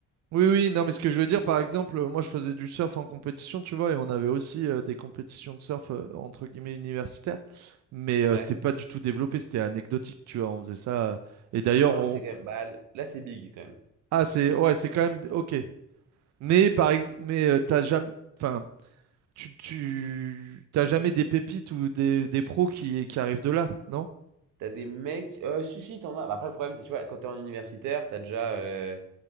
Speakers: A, on the right (about 65°); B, on the right (about 90°).
A: Oui, oui, non, mais ce que je veux dire, par exemple, euh, moi je faisais du surf en compétition, tu vois, et on avait aussi euh, des compétitions de surf euh, entre guillemets universitaires, mais euh,
B: Ouais.
A: c'était pas du tout développé, c'était anecdotique, tu vois, on faisait ça. euh, et d'ailleurs,
B: Non,
A: on,
B: mais c'est quand même. Bah, là, c'est big quand même.
A: Ah, c'est ouais, c'est quand même ok. Mais par ex... mais euh, t'as jamais, enfin, tu tu t'as jamais des pépites ou des, des pros qui qui arrivent de là, non?
B: T'as des mecs. Euh, si, si, t'en as. Bah, après, le problème, c'est tu vois, quand t'es en universitaire, t'as déjà, euh,